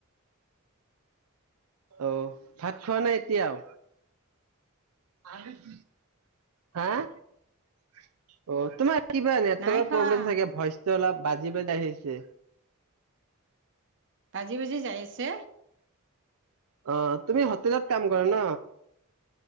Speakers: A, on the right; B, on the right.
A: অহ ভাত খোৱা নাই এতিয়াও? <unintelligible> হা? অ তোমাৰ কিবা নেটৱৰ্কৰ
B: নাই খোৱা
A: প্ৰব্লেম চাগে, ভইচটো অলপ বাজি বাজি আহিছে।
B: ভাজি ভাজি যায় আছে।
A: অঁ তুমি হোটেলত কাম কৰা ন?